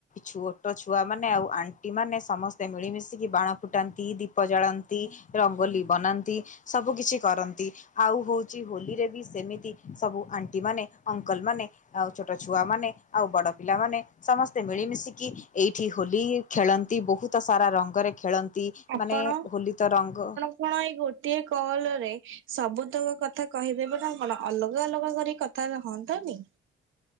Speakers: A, on the left (about 40°); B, on the right (about 80°).
A: ଛୋଟ ଛୁଆ ମାନେ ଆଉ ଆଣ୍ଟି ମାନେ ସମସ୍ତେ ମିଳି ମିଶିକି ବାଣ ଫୁଟାନ୍ତି। ଦୀପ ଜାଳନ୍ତି। ରଙ୍ଗୋଲି ବନାନ୍ତି ସବୁ କିଛି କରନ୍ତି ଆଉ ହୋଉଛି ହୋଲି ରେ ବି ସେମିତି ସବୁ ଆଣ୍ଟି ମାନେ ଅଙ୍କଲ ମାନେ ଆଉ ଛୋଟ ଛୁଆମାନେ ଆଉ ବଡ଼ ପିଲାମାନେ। ସମସ୍ତେ ମିଳିମିଶିକି ଏଇଠି ହୋଲି ଖେଳନ୍ତି ବହୁତ ସାରା ରଙ୍ଗରେ ଖେଳନ୍ତି। ନ୍ତି
B: ଆପଣ
A: ମାନେ ହୋଲି ତ ରଙ୍ଗ।
B: ଆପଣ ଏଇ ଗୋଟିଏ କଲ୍ ରେ ସବୁତକ କଥା କହିଦେବେ ବା ନା କଣ ଅଲଗା ଅଲଗା କରି କଥା ହୁଅନ୍ତା ନି।